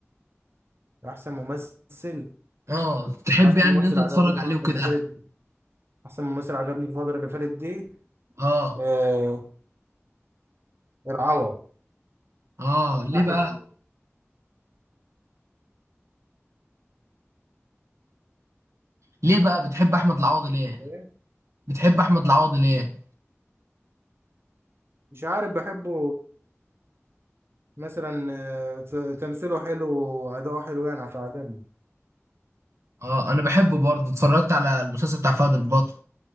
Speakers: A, on the right; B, on the right.
A: أحسن ممثل
B: اه تحب
A: واحسن
B: يعني
A: ممثل
B: ان انت تتفرج
A: عجبني الفترة
B: عليه وكده
A: اللي فاتت دي احسن ممثل عجبني الفترة اللي فاتت دي
B: اه
A: آه العوض
B: اه ليه
A: احمد
B: بقى
A: العوض
B: ليه بقى بتحب احمد العوضي ليه
A: إيه؟
B: بتحب احمد العوضي ليه
A: مش عارف بحبه مثلا آه، ت- تمثيله حلو واداؤه حلو يعني فعجبني
B: اه انا بحبه برضه اتفرجت على المسلسل بتاع فهد البطل